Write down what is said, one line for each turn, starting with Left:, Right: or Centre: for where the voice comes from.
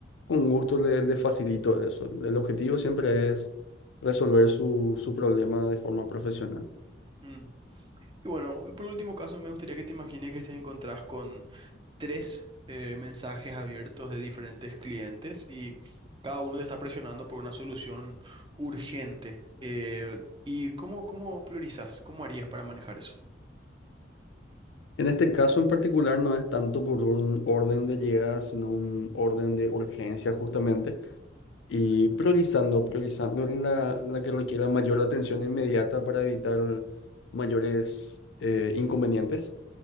Left: con gusto le, le facilito eso. El objetivo siempre es resolver su, su problema de forma profesional.
Right: Mm. Y bueno, y por último caso, me gustaría que te imagines que te encontrás con tres eh, mensajes abiertos de diferentes clientes y cada uno te está presionando por una solución urgente. Eh, ¿y cómo, cómo priorizas? ¿Cómo harías para manejar eso?
Left: En este caso en particular no es tanto por un orden de llegada, sino un orden de urgencia justamente, y priorizando, priorizando la, la que requiera mayor atención inmediata para evitar mayores eh, inconvenientes.